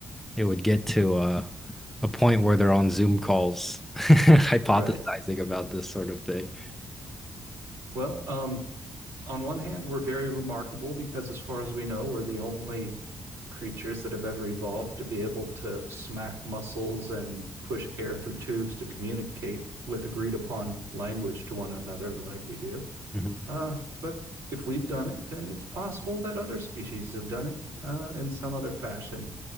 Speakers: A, in the centre; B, on the right.
A: it would get to a, a point where they're on Zoom calls <laughs> hypothesizing
B: Right.
A: about this sort of thing.
B: Well, um, on one hand, we're very remarkable because, as far as we know, we're the only creatures that have ever evolved to be able to smack muscles and push air through tubes to communicate with agreed upon language to one another like we do.
A: Mhm.
B: Uh, but if we've done it, then it's possible that other species have done it uh, in some other fashion.